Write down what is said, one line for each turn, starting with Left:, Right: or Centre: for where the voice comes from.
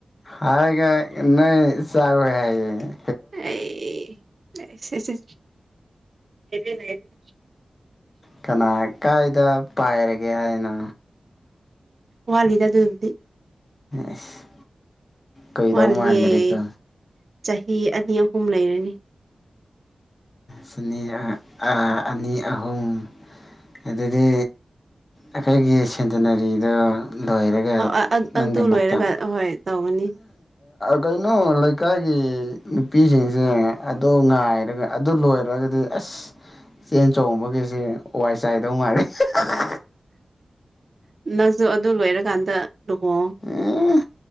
Left: ꯍꯥꯏꯔꯒ ꯅꯣꯏ ꯆꯥꯔꯣꯏꯍꯥꯏ
Right: ꯑꯦ ꯑꯩꯁ ꯑꯁ <unintelligible>
Left: ꯀꯅꯥ ꯀꯥꯏꯗ ꯄꯥꯏꯔꯒꯦ ꯍꯥꯏꯅꯣ
Right: ꯋꯥꯠꯂꯤꯗ ꯑꯗꯨꯗꯤ
Left: ꯑꯁ ꯀꯨꯏꯗꯧ
Right: ꯋꯥꯠꯂꯤꯌꯦ
Left: ꯃꯥꯟꯗ꯭ꯔꯦꯀꯣ
Right: ꯆꯍꯤ ꯑꯅꯤ ꯑꯍꯨꯝ ꯂꯩꯔꯅꯤ꯫
Left: ꯆꯅꯤ ꯑꯅꯤ ꯑꯍꯨꯝ ꯑꯗꯨꯗꯤ ꯑꯩꯈꯣꯏꯒꯤ ꯁꯦꯟꯇꯤꯅꯔꯤꯗꯣ ꯂꯣꯏꯔꯒ
Right: ꯑ
Left: ꯅꯪꯒꯤ
Right: ꯑꯗꯨ
Left: ꯃꯇꯝ
Right: ꯂꯣꯏꯔꯒ ꯍꯣꯏ ꯇꯧꯒꯅꯤ
Left: ꯀꯩꯅꯣ ꯂꯩꯀꯥꯏꯒꯤ ꯅꯨꯄꯤꯁꯤꯡꯁꯦ ꯑꯗꯣ ꯉꯥꯏꯔꯒ ꯑꯗꯨ ꯂꯣꯏꯔꯒꯗꯤ ꯑꯁ ꯆꯦꯟ ꯆꯣꯡꯕꯒꯤꯁꯦ ꯋꯥꯏ ꯆꯥꯏꯗꯧ ꯃꯥꯜꯂꯤ <unintelligible>
Right: ꯅꯪꯁꯨ ꯑꯗꯨ ꯂꯣꯏꯔꯀꯥꯟꯗ ꯂꯨꯍꯣꯡ
Left: ꯑꯦ